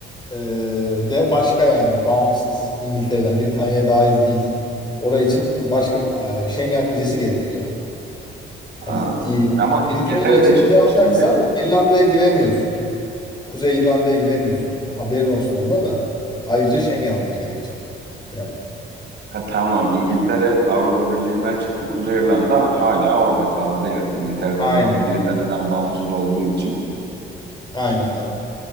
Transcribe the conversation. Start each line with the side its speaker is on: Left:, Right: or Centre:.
Left: e, de başka yani bağımsız İngiltere'den Britanya'ya dahil değil. Oraya için başka e, Schengen vizesi gerekiyor.
Right: Aa,
Left: Hani e,
Right: ama İngiltere
Left: Britanya için
Right: de çıktı
Left: vize alacaksan
Right: şimdi.
Left: İrlanda'ya giremiyorsun. Kuzey İrlanda'ya giremiyorsun. Haberin olsun onda da. Ayrıca Schengen alman gerekecek. Yani.
Right: Ha, tamam İngiltere Avrupa Birliği'nden çıktı. Kuzey İrlanda hala orada kaldı yani. İngiltere'den,
Left: Aynen.
Right: ba- Britanya'dan bağımsız olduğu için.
Left: Aynen abi.